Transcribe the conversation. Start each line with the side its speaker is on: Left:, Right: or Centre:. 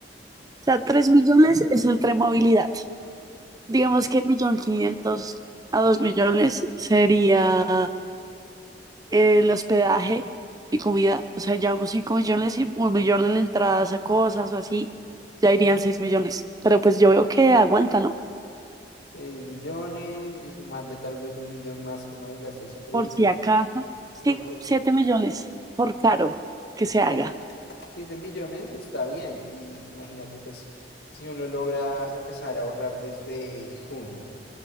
Right: O sea, 3 millones es el tren movilidad. Digamos que millón quinientos a 2 millones sería el hospedaje y comida, o sea, llevamos 5 millones y un millón en entradas a cosas o así, ya irían 6 millones. Pero pues yo veo que aguanta, ¿no?
Left: seis millones y sumarle tal vez un millón más como de gastos imprevistos,
Right: Por si acaso, sí,
Left: porque
Right: 7 millones, por caro que se
Left: sí,
Right: haga.
Left: 7 millones está bien. Y imagínate, pues, si uno logra empezar a ahorrar desde junio,